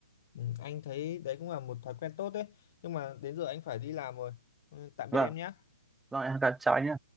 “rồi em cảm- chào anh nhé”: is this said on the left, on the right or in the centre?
Centre